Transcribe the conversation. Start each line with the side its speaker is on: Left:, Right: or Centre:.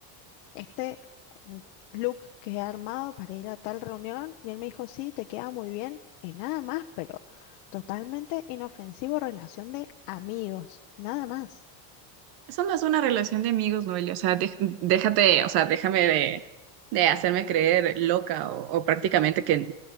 Left: este mm, look que he armado para ir a tal reunión? Y él me dijo, sí, te queda muy bien. Y nada más, pero totalmente inofensivo relación de amigos, nada más.
Right: Eso no es una relación de amigos, Noelia. O sea, dej- déjate, o sea, déjame de, de hacerme creer loca o, o prácticamente que,